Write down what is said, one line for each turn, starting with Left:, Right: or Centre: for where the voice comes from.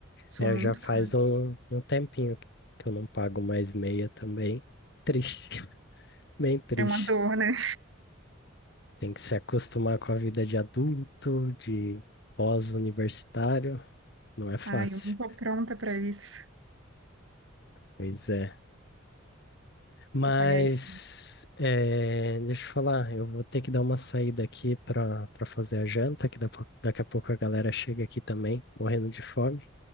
Right: Sou
Left: É,
Right: muito
Left: já faz
Right: cara.
Left: um, um tempinho que que eu não pago mais meia também. Triste, <laughs> bem triste.
Right: É uma dor, né?
Left: Tem que se acostumar com a vida de adulto, de pós-universitário. Não é fácil.
Right: Ai, eu não tô pronta pra isso,
Left: Pois é. Mas,
Right: pra pagar isso.
Left: é, deixa eu falar, eu vou ter que dar uma saída aqui para para fazer a janta, que da po- daqui a pouco a galera chega aqui também, morrendo de fome.